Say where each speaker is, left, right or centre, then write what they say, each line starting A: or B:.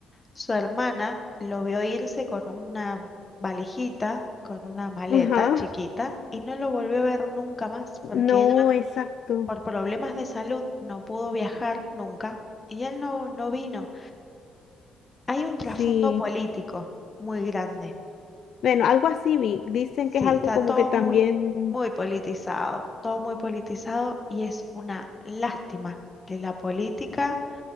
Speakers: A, on the left (about 20°); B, on the left (about 65°).
A: su hermana lo vio irse con una valijita, con una maleta
B: Ajá.
A: chiquita, y no lo volvió a ver nunca más, porque
B: No,
A: ella
B: exacto.
A: Por problemas de salud no pudo viajar nunca y él no, no vino. Hay un trasfondo
B: Sí.
A: político muy grande.
B: Bueno, algo así vi. Dicen
A: Sí,
B: que es algo
A: está
B: como
A: todo
B: que también
A: muy, muy politizado, todo muy politizado y es una lástima que la política